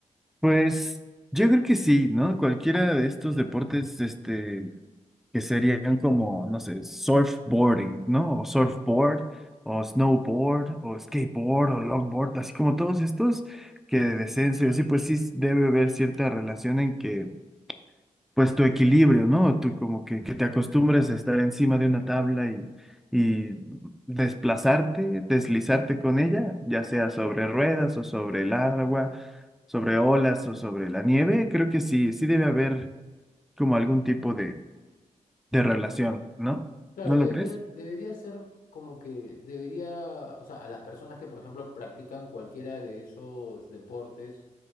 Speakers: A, in the centre; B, on the left.
A: Pues yo creo que sí, ¿no? Cualquiera de estos deportes, este, que serían como, no sé, surfboarding, ¿no? O surfboard,
B: Ujú.
A: o snowboard, o skateboard, o longboard, así como todos estos que de descenso y así, pues sí debe haber cierta relación en que, pues tu equilibrio, ¿no? Tú como que, que te acostumbres a estar encima de una tabla y, y desplazarte, deslizarte con ella, ya sea sobre ruedas o sobre el agua, sobre olas o sobre la nieve, creo que sí, sí debe haber como algún tipo de de relación, ¿no?
B: Claro,
A: ¿No
B: debería,
A: lo crees?
B: debería ser como que debería, o sea, a las personas que, por ejemplo, practican cualquiera de esos deportes,